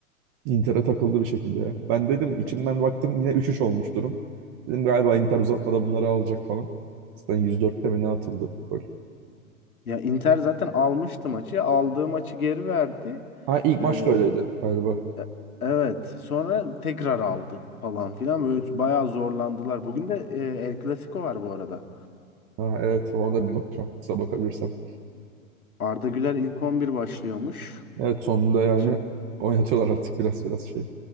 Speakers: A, on the right (about 40°); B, on the left (about 85°).
A: Inter'e takıldı bir şekilde ya. Ben dedim içimden
B: Ya
A: baktım yine üç üç olmuş durum. Dedim galiba Inter uzatmada bunları alacak falan. Zaten 104'te mi ne atıldı gol.
B: ya Inter zaten almıştı maçı. Aldığı maçı geri verdi.
A: Ha ilk maç
B: Ee,
A: da öyleydi galiba.
B: e- evet. Sonra tekrar aldı falan filan. Böyle bayağı zorlandılar. Bugün de e, El Clasico var bu arada.
A: Ha evet orada
B: Ha, evet.
A: bir bakacağım kısa bakabilirsem.
B: Arda Güler ilk 11 başlıyormuş.
A: Evet sonunda yani
B: Şimdi
A: oynatıyorlar artık biraz biraz şey.